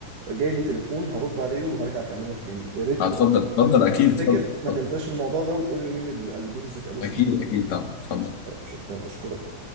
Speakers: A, on the right; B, on the left.
A: جاي لي تليفون هرد عليه وهرجع أكلمك تاني يا ريت
B: آه، اتفضل
A: تبقى
B: اتفضل اكيد
A: تفتكر
B: اتفضل
A: ما
B: اتفضل
A: تنساش الموضوع ده وتقول لي مين اللي قلدوه بالذكاء الاصطناعي
B: اكيد اكيد طبعا اتفضل
A: طيب شكرا أشكرك